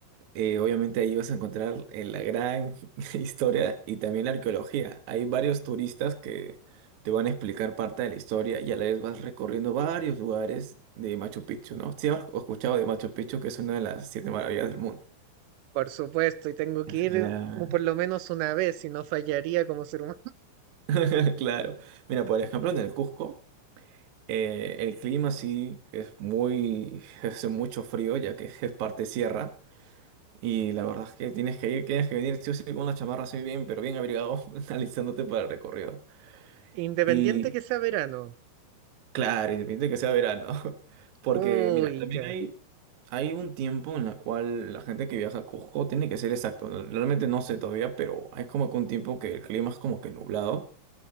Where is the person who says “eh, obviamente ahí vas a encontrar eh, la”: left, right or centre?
Right